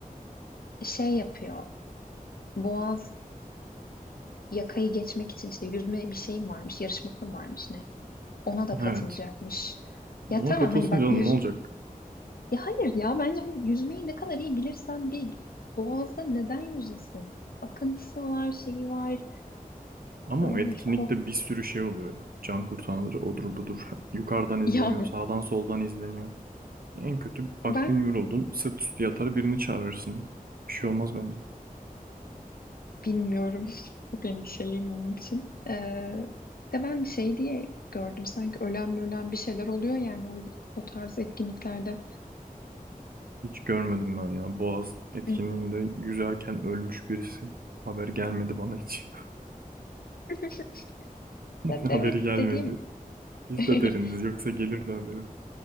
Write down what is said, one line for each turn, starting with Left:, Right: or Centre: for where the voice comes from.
Left: Ee, şey yapıyor. Boğaz'da yakayı geçmek için işte yüzme bir şeyim varmış, yarışmasım varmış ne. Ona da
Right: Evet.
Left: katılacakmış. Ya
Right: Ona
Left: tamam
Right: katılsın
Left: hani bak
Right: canım
Left: yüz...
Right: ne olacak?
Left: Ya hayır ya bence hani yüzmeyi ne kadar iyi bilirsen bil. Boğaz'da neden yüzesin? Akıntısı var, şeyi var.
Right: Ama
Left: Ay,
Right: o etkinlikte
Left: korkunç
Right: bir sürü şey oluyor ya. Can kurtaranları odur budur. <laughs> Yukarıdan izleniyor,
Left: Ya
Right: sağdan soldan izleniyor. En kötü baktın
Left: ben
Right: yoruldun, sırt üstü yatar birini çağırırsın. Bir şey olmaz bence.
Left: bilmiyorum. <laughs> Çok endişeliyim onun için. Ee, de ben şey diye gördüm sanki ölen ölen bir şeyler oluyor yani o, o tarz etkinliklerde.
Right: Hiç görmedim ben ya. Boğaz etkinliğinde
Left: Hı.
Right: yüzerken ölmüş birisi. Haber gelmedi bana hiç.
Left: <laughs>
Right: <laughs>
Left: Ya demek
Right: Haberi gelmedi.
Left: istediğim
Right: Biz
Left: <laughs>
Right: de deriniz yoksa gelirdi haberi.